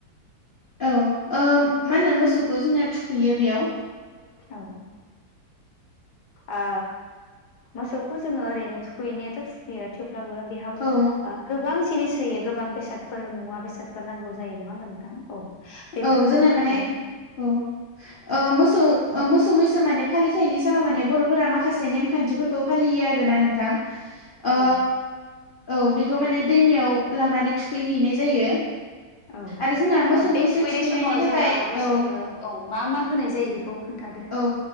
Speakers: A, on the left; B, on the left.
A: औ मा होनो मोसौखौ जोंनाया थुखैयो बेयाव
B: औ ओ मोसौखौ जोङो ओरैनो थुखैनायाथ' थुखै यो थेवब्लाबो बेयाव
A: औ
B: गोबां जिनिस होयो गोबां बेसाद फोर मुवा बेसादफोर नांगौ जायो नङा होमबा नोंथां औ बेफोरखौबो
A: औ जोंना
B: बुंलांदो
A: माने औ मोसौ मोसौ मैसो माने फालिथायाइनि सानाव माने बर'फोरा माखासे नेमखानथिफोर खौ फालियो आरोना नोंथां ओ
B: औ
A: औ बेखौ माने दैमायाव लांनानै थुखैहैनाय जायो
B: औ
A: आरो जोंना मोसौ
B: ओ बे
A: मैसो
B: थुखैनाय
A: थुखैनायनि
B: समाव
A: थाखाय
B: जोङो मोसौनो
A: औ
B: औ मा मा होनाय जायो बेखौ खोन्थादो
A: औ